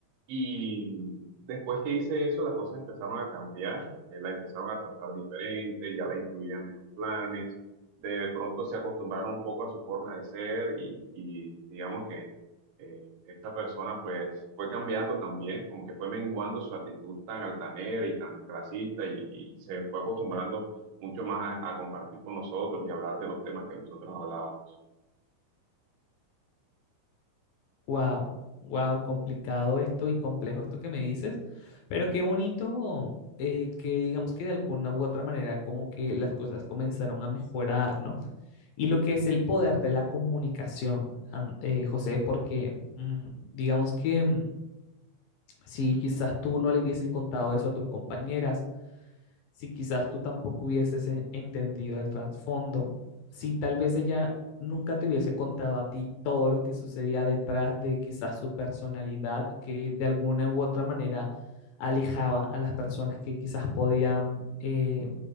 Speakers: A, on the right; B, on the left.
A: Y después que hice eso, las cosas empezaron a cambiar, eh, la empezaron a tratar diferente, ya la incluían en los planes, de pronto se acostumbraron un poco a su forma de ser y, y digamos que eh, esta persona pues pues fue cambiando también, como que fue menguando su actitud tan altanera y tan clasista y, y se fue acostumbrando mucho más a, a compartir con nosotros y hablar de los temas que nosotros hablábamos.
B: Wow, wow, complicado esto y complejo esto que me dices, pero qué bonito eh, que digamos que de alguna u otra manera como que las cosas comenzaron a mejorar, ¿no? y lo que es el poder de la comunicación, an- eh, José, porque mm, digamos que mm, si quizás tú no le hubieses contado eso a tus compañeras, si quizás tú tampoco hubieses eh, entendido el trasfondo, si tal vez ella nunca te hubiese contado a ti todo lo que sucedía detrás de quizás su personalidad, que de alguna u otra manera alejaba a las personas que quizás podían eh,